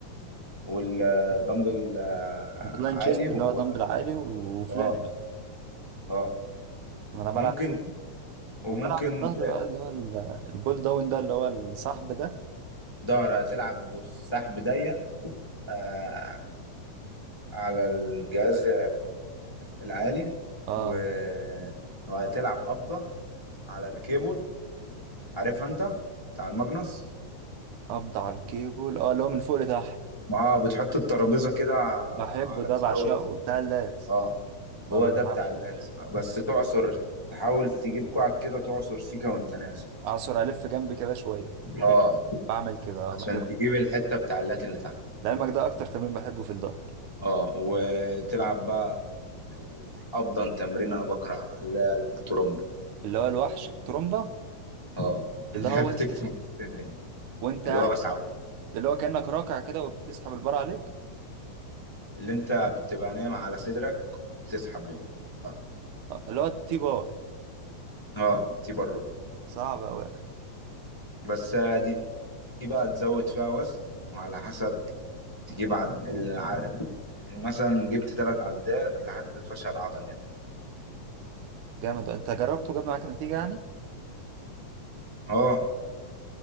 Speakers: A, on the left; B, on the right.
A: والدمبل آه،
B: بلان
A: عالي
B: تشيست
A: و...
B: اللي هو دمبل عالي وفلان
A: اه اه
B: وأنا بلعب
A: وممكن
B: كده
A: وممكن
B: وبلعب الظهر
A: ت-
B: بقى اللي هو ال- البول داون ده اللي هو الصحب ده
A: ظهر هتلعب بالسحب ضيق آه، على الجهاز العالي
B: أه
A: و- وهتلعب قبضة على الكيبل عارفها انت بتاع الماجنوس
B: قبض على الكيبل أه اللي هو من فوق لتحت
A: اه بتحط الترابيزة كده
B: بحبه
A: على
B: ده
A: الزاوية
B: بعشقه بتاع اللات
A: اه
B: ببقى
A: هو ده بتاع اللاتس بقى بس تعصر تحاول تجيب كوعك كده تعصر سيكا وانت نازل
B: أعصر ألف جنبي كده شوية
A: اه
B: بعمل كده أه
A: عشان
B: بحبه
A: تجيب الحتة بتاع اللات اللي تحت
B: لعلمك ده أكتر تمرين بحبه في الظهر
A: اه وتلعب بقى ال- افضل تمرين انا بكره اللي هي الترومبه
B: اللي هو الوحش الترومبا
A: اه <laughs>
B: اللي
A: اللي
B: هو
A: هي بتكتم
B: وانت
A: الصدر دي
B: وانت
A: اللي
B: قاعد-
A: هو اصعب
B: اللي هو كأنك راكع كده وبتسحب البار عليك
A: اللي انت بتبقى نايم على صدرك بتسحب بقى.
B: آه، اللي هو التي بار
A: اه تيبر رو
B: صعب أوي
A: بس آه، دي دي بقى تزود فيها وزن وعلى حسب تجيب عد... الع... مثلا جبت ثلاث عدات لحد الفشل العضلي يعني
B: جامد انت جربته جاب معاك نتيجة يعني
A: اه